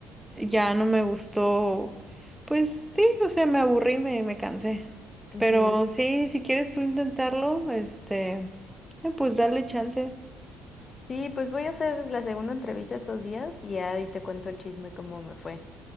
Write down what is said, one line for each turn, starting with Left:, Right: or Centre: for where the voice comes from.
Centre: ya no me gustó, pues sí, o sea, me aburrí, me, me cansé.
Left: Ujú.
Centre: Pero sí, si quieres tú intentarlo, este, eh, pues dale chance.
Left: Sí, pues voy a hacer la segunda entrevista estos días y ahí te cuento el chisme cómo me fue.